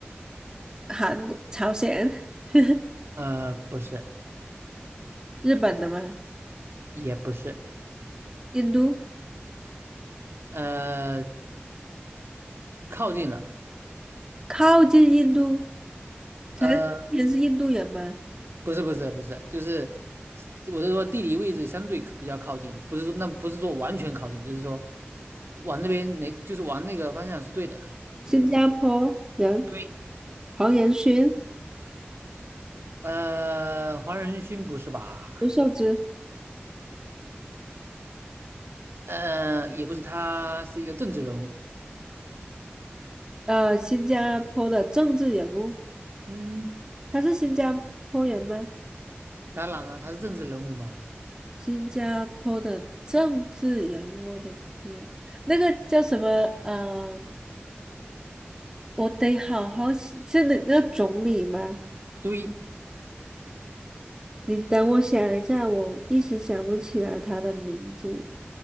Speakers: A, on the right (about 15°); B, on the right (about 75°).
A: 韩国，朝鲜，<laughs>
B: 呃，不是，
A: 日本的吗？
B: 也不是，
A: 印度，
B: 呃，靠近了。
A: 靠近印度。陈思诚是印度人吗？
B: 呃。不是不是不是，就是我是说地理位置相对比较靠近，不是说那不是说完全靠近，就是说往那边那就是往那个方向是对的了。
A: 新加坡人，
B: 嗯，对，
A: 黄仁勋、
B: 呃，黄仁勋不是吧？
A: 刘寿之，
B: 呃，也不是，他是一个政治人物。
A: 呃，新加坡的政治人物，
B: 嗯，
A: 他是新加坡人吗？
B: 当然啊，他是政治人物嘛。
A: 新加坡的政治人物，我的天，那个叫什么？呃，我得好好想，是那那个总理吗？
B: 对，
A: 你等我想一下，我一时想不起来他的名字。